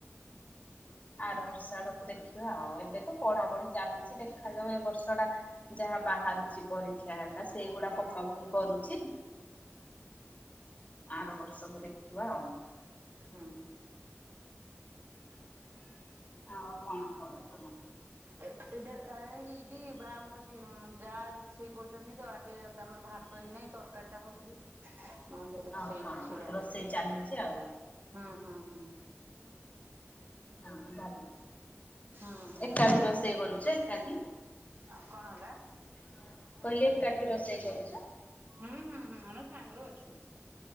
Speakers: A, on the left; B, on the right.
A: ଆର ବର୍ଷ ଆଡ଼କୁ ଦେଖିବା ଆଉ ଏବେ ତ ପଢ଼ାପଢ଼ି ଚାଲିଛି ଦେଖାଯାଉ ଏ ବର୍ଷ ଟା - ଯାହା ବାହାରୁଛି ପରୀକ୍ଷା ହେରିକା ସେଇଗୁଡା଼ ପକା ପକି କରୁଛି। ଆର ବର୍ଷକୁୁ ଦେଖିବା ଆଉ।
B: ହୁଁ।
A: ଆଉ କଣ ଖବର ତମର?
B: ଏଇଟା ଏ ଏଇଠି ବା ଆମର ଦି ଜଣ ଯାଆ ରୋଷେଇ କରୁଛନ୍ତି ତ ଆଗେ ତମର ଭାତ ତହି ନାଇଁ ତରକାରୀ ଟା ହୋଉଛି। ହଁ ସେଇଟା
A: ଓ
B: ସେଇଠି
A: ହଁ
B: ଛିଡା
A: ରୋଷେଇ
B: ହେଇଛି
A: ଚାଲିଛି ଆଉ
B: ହୁଁ ହୁଁ ହୁଁ।
A: ହଁ ଭଲ।
B: ହୁଁ ହୁଁ
A: ଏକାଠି ରୋଷେଇ କରୁଛେ ଏକାଠି।
B: ଆଉ କଣ ହେଲା?
A: ମୁଁ କହିଲି ଏକାଠି ରୋଷେଇ କରୁଛ?
B: ହୁଁ ହୁଁ ହୁଁ ଆମେ ସାଙ୍ଗରେ ଅଛୁ।